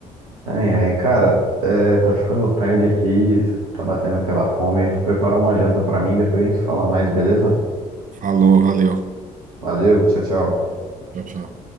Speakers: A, on the right; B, on the right.
A: Ai, ai, cara, é, tá ficando tarde aqui, tá batendo aquela fome. Vou preparar uma janta pra mim, depois a gente fala mais, beleza?
B: Falou, valeu.
A: Valeu, tchau, tchau.
B: Tchau, tchau.